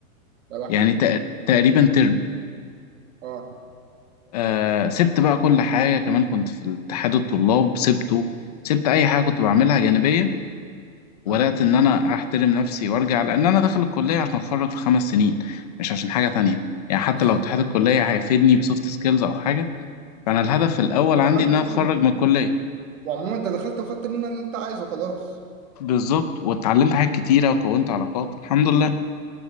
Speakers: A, on the right (about 60°); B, on the left (about 30°).
A: يا لهوي
B: يعني تق- تقريبا ترم
A: اه
B: آه سبت بقى كل حاجة كمان كنت في اتحاد الطلاب سبته سبت اي حاجة كنت بعملها جانبية وبدأت
A: اه
B: ان انا احترم نفسي وارجع لان انا داخل الكلية عشان اتخرج في خمس سنين مش عشان حاجة تانية يعني حتى
A: بالظبط
B: لو اتحاد الكلية هيفيدني بسوفت سكيلز او حاجة فانا الهدف الاول
A: بس انت دخلت
B: عندي ان انا
A: خدت
B: اتخرج
A: من-
B: من الكلية
A: وعموما انت دخلت وخدت منها اللي انت عايزه خلاص
B: بالظبط واتعلمت حاجات كتيرة وكونت علاقات الحمد لله